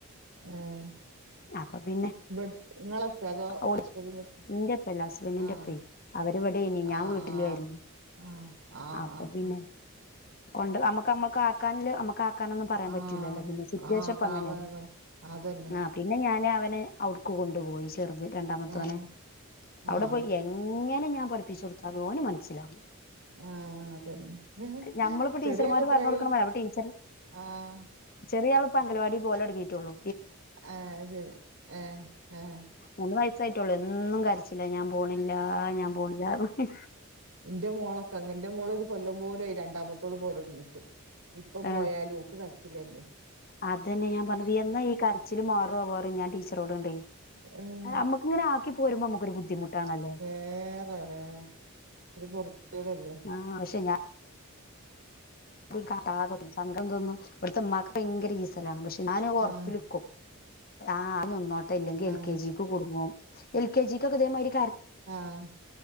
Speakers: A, on the right (about 80°); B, on the left (about 40°).
A: ആഹ്
B: അപ്പൊ പിന്നെ
A: ഇവിട്ത് ഇങ്ങള. അതോ
B: ഓല്
A: <unintelligible>
B: ഇന്റെപ്പല്ല ഹസ്ബൻഡിന്റെപ്പേ
A: ആഹ്
B: അവരിവിടേനി ഞാൻ
A: ആഹ് ആഹ്
B: വീട്ടിലുവായിരുന്നു
A: ആഹ് ആഹ്
B: അപ്പൊ പിന്നെ
A: ആഹ്
B: കൊണ്ട് അമ്മക്ക് അമ്മക്ക് ആക്കാൻല്ല് അമ്മ ക്കാക്കാനൊന്നും പറയാൻ പറ്റൂല്ലല്ലോ.
A: ആഹ്
B: പിന്നെ സിറ്റേഷൻപ്പ
A: ആഹ് കാബാബ
B: അങ്ങനെയല്ലേ.
A: അതന്നെ
B: ആഹ്. പിന്നെ ഞാന് അവനെ അവിടുക്ക് കൊണ്ടുപോയി. ചെർത് രണ്ടാമത്തോനെ.
A: ഏഹ്
B: അവടെ
A: ആഹ്
B: പോയി എങ്ങ് എങ്ങനെ ഞാൻ പഠിപ്പിച്ചൊടുത്താലും ഓന് മനസ്സിലാവൂല്ല.
A: ആഹ് അതന്നെ
B: ഞമ്മളിപ്പോ ടീച്ചർമാര്
A: ചെറിയാക്ക് എത്രായി
B: പറഞ്ഞു കൊടുക്കണ മാരാ. അപ്പോ ടീച്ചറ്
A: ആഹ്
B: ചെറിയ ആള് പ്പ അംഗവാടി പോകലൊടങ്ങീട്ടേള്ളു.
A: ആഹ് ശരി ആഹ് ആഹ്.
B: മൂന്ന് വയസായിട്ടൊള്ളൂ. എന്നും കരച്ചിലാ. ഞാൻ പോണില്ല ഞാൻ പോണില്ലാറഞ്ഞ്
A: ന്റെ മോളൊക്കെ. അങ്ങന ന്റെ മോളൊരു കൊല്ലം പോലേയി. രണ്ടാമത്തോള് പോകലൊടങ്ങീട്ട്. ഇപ്പ
B: ആഹ്
A: പോയാലും ഓക്ക് കരച്ചിലന്നെ.
B: അതന്നെ ഞാൻ പറഞ്ഞത്. എന്നാ ഈ കരച്ചില് മാ പ്പ പറയും ഞാൻ ടീച്ചറോട്ങ്ങടെ.
A: ഏഹ്
B: ആഹ് നമ്മുക് ഇങ്ങനെ ആക്കി പോരുമ്പോ നമുക്കൊരു ബുദ്ധിമുട്ടാണല്ലോ.
A: വേറെ എവടെയാ? ഇത് പൊറത്തേടല്ലേ.
B: ആഹ് പക്ഷേ ഞാന് കാട്ടാതെ പൂവും. സംഘം ഇതൊന്നും ഇവിടുത്ത ഉമ്മാക്ക് ഭയങ്കര ഈസലാണ്. പക്ഷേ ഞാന് ഒറപ്പില്ക്കും.
A: ആഹ്
B: ആഹ് അത് നിന്നോട്ടേ ഇല്ലെങ്കിൽ
A: ആഹ്
B: എൽ കെ ജി. ക്ക് കുടുങ്ങും. എൽ കെ ജി ക്കൊക്കെ ഇതേ മാതിരി
A: ആഹ്.